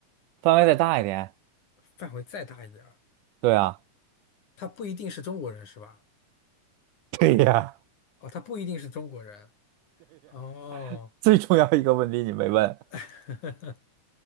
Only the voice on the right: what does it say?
范围再大一点。
对啊，
<laughs> 对呀，
<laughs> 最重要一个问题你没问